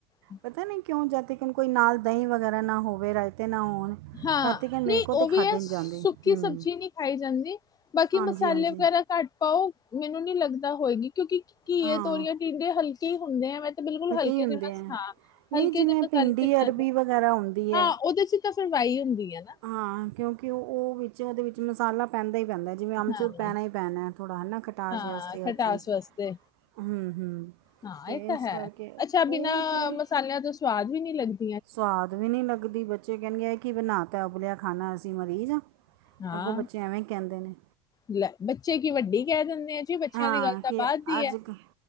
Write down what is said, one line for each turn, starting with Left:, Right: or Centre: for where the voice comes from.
Left: ਹਮ
Right: ਪਤਾ ਨਈ ਕਿਉ ਜਦ ਕਿਉ ਕੋਈ ਨਾਲ ਦਈਂ ਵਗੈਰਾ ਨਾ ਹੋਵੇ ਰਾਇਤੇ ਨਾ ਹੋਣ।
Left: ਹਾਂ
Right: ਤਦ ਤੱਕ ਮੇਰੇ
Left: ਨਈ
Right: ਕੋਲ
Left: ਓ
Right: ਤਾਂ ਖਾਧੇ
Left: ਵੀ ਐ
Right: ਨਹੀਂ
Left: ਸੁੱਕੀ
Right: ਜਾਂਦੇ ਹੂੰ
Left: ਸਬਜ਼ੀ ਨਈ ਖਾਈ ਜਾਂਦੀ ਬਾਕੀ
Right: ਹਾਂਜੀ
Left: ਮਸਾਲੇ
Right: ਹਾਂਜੀ
Left: ਵਗੈਰਾ ਘੱਟ ਪਾਓ ਮੈਨੂੰ ਨੀ ਲੱਗਦਾ ਹੋਏਗੀ ਕਿਉਂਕਿ ਘੀਏ,
Right: ਹਾਂ
Left: ਤੋਰੀਆਂ, ਟੀਂਡੇ ਹਲਕੇ ਹੁੰਦੇ ਐਵੇਂ ਬਿਲਕੁਲ ਹਲਕੇ
Right: ਹੀ ਹੁੰਦੇ
Left: ਜਮ
Right: ਹੈ
Left: ਹਾਂ
Right: ਨਹੀਂ
Left: ਹਲਕੇ
Right: ਜਿਵੇਂ
Left: ਜਿਹੇ ਮਸਾਲੇ
Right: ਭਿੰਡੀ
Left: ਬਣਾਂਣੇ
Right: ਅਰਬੀ
Left: ਸ
Right: ਵਗੈਰਾ ਹੁੰਦੀ
Left: ਹਾਂ
Right: ਹੈ
Left: ਉਦੇ 'ਚ ਤਾਂ ਫਿਰ ਵਾਈ ਹੁੰਦੀ ਆ ਨਾ।
Right: ਹਾਂ ਕਿਉਂਕਿ ਓ-ਓ ਵਿੱਚ ਉਦੇ ਵਿੱਚ ਮਸਾਲਾ ਪੈਂਦਾ ਈ ਪੈਂਦਾ ਜਿਵੇਂ ਅਮਚੂਰ
Left: ਹਾਂ,
Right: ਪੈਣਾ ਹੀ ਪੈਣਾ ਥੋੜਾ ਹੈ ਖਟਾਸ
Left: ਹਾਂ
Right: ਵਾਸਤੇ
Left: ਖਟਾਸ
Right: ਚੀਜ਼
Left: ਵਾਸਤੇ
Right: ਹੂੰ ਹੂੰ
Left: ਹਾਂ
Right: ਅਤੇ
Left: ਐ ਤਾ
Right: ਇਸ
Left: ਹੈ
Right: ਕਰਕੇ
Left: ਅੱਛਾ ਬਿਨਾਂ
Right: ਉਹ ਥੋੜ੍ਹੀ
Left: ਮਸਾਲਿਆਂ ਤੋਂ ਸਵਾਦ ਵੀ ਨਈ ਲੱਗਦਾ।
Right: ਸਵਾਦ ਵੀ ਨਈ ਲੱਗਦੀ ਬੱਚੇ ਕੈਂਦੇ ਐ ਕੀ ਬਣਾ ਤਾ ਉਬਲਿਆ ਖਾਣਾ ਅਸੀਂ ਮਰੀਜ਼ ਆਂ।
Left: ਹਾਂ।
Right: ਅੱਗੋਂ ਬੱਚੇ ਐਵੇਂ ਹੀ ਕੈਂਦੇ ਨੇ।
Left: ਲੈ ਬੱਚੇ ਕੀ ਵੱਡੇ ਈ ਕੈ ਦਿੰਦੇ ਆ ਜੀ ਬੱਚਿਆਂ
Right: ਹਾਂ
Left: ਦੀ ਗੱਲ ਤਾਂ
Right: ਕਿ
Left: ਬਾਦ ਦੀ
Right: ਅੱਜ
Left: ਐ।
Right: ਕ-